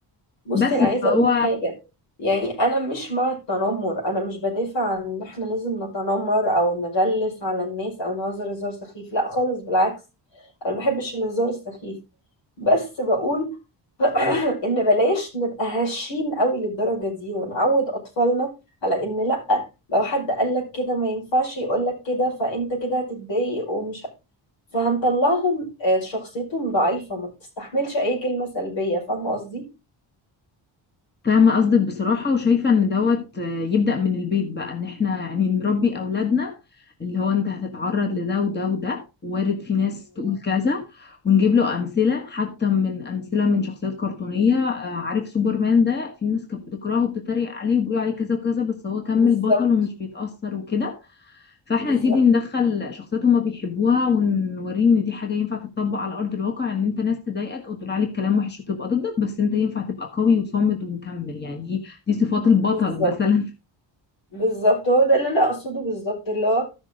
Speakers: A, on the left; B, on the left.
A: بصي
B: بس
A: انا عايزه
B: فهو
A: اقول لك حاجه يعني انا مش مع التنمر انا مش بدافع عن ان احنا لازم نتنمر او نغلس على الناس او نهزر هزار سخيف لا خالص بالعكس انا ما بحبش الهزار السخيف بس بقول <clears throat> ان بلاش نبقى هشين قوي للدرجه دي ونعود اطفالنا على ان لا لو حد قال لك كده ما ينفعش يقول لك كده فانت كده هتتضايق ومش ه- فهنطلعهم آه، شخصيتهم ضعيفه ما بتستحملش اي كلمه سلبيه فاهمه قصدي
B: فاهمة قصدك بصراحة وشايفة إن دوت آه، يبدأ من البيت بقى إن إحنا يعني نربي أولادنا اللي هو أنت هتتعرض لده وده وده وارد في ناس تقول كذا ونجيب له أمثلة حتى من أمثلة من شخصيات كرتونية آه، عارف سوبرمان ده في ناس كانت بتكرهه وبتتريق عليه وبيقولوا عليه كذا وكذا بس هو كمل
A: بالظبط
B: بطل ومش بيتأثر وكده فاحنا
A: بالظبط
B: نبتدي ندخل شخصيات هما بيحبوها ونوريه ان دي حاجه ينفع تتطبق على ارض الواقع ان انت ناس تضايقك او تقول عليك كلام وحش وتبقى ضدك بس انت ينفع تبقى قوي وصامد ومكمل يعني دي دي صفات البطل
A: بالظبط
B: مثلا
A: بالظبط هو ده اللي انا اقصده بالظبط اللي هو